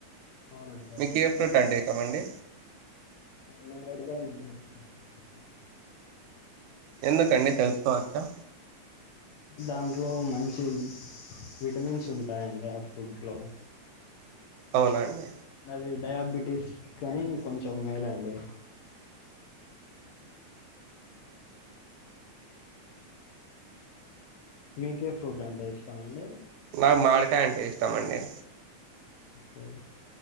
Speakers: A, on the left; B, on the right.
A: అవునండి
B: మీకు ఏ ఫ్రూట్ అంటే ఇస్ ష్టమండి
A: నేరాడ కాయలు అంటే ఇష్టం అండి సమ్మర్లో
B: ఎందుకండి తెలుసుకోవచ్చా
A: దాంట్లో మంచి విటమిన్స్ ఉంటాయండి ఆ ఫ్రూట్ లో
B: అవున అండి
A: అది డయాబెటీస్ కానీ కొంచెం మేలండి మీకే ఫ్రూట్ అంటే ఇష్టం అండి
B: నాకు మాడికాయ్ ఇష్ ష్టమండి
A: ఓకే